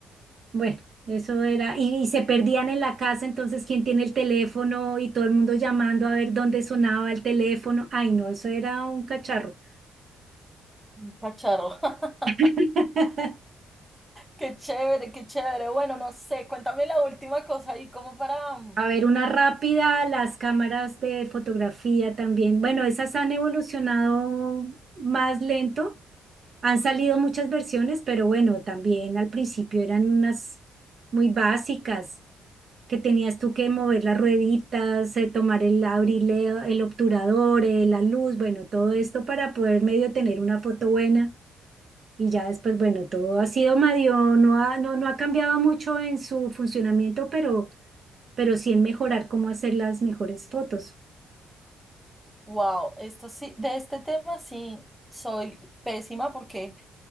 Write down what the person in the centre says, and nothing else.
un cacharro. <laughs>
Qué chévere, qué chévere. Bueno, no sé, cuéntame la última cosa ahí, como para,
wow, esto sí, de este tema sí soy pésima porque